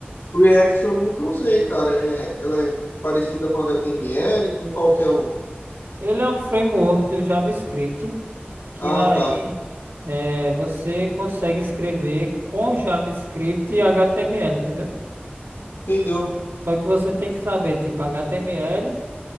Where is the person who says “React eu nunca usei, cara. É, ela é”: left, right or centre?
Left